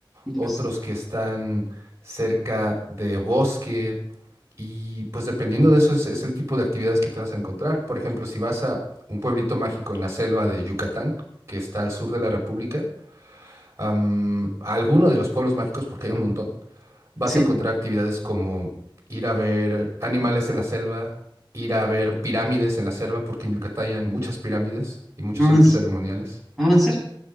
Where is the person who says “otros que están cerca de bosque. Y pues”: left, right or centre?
Right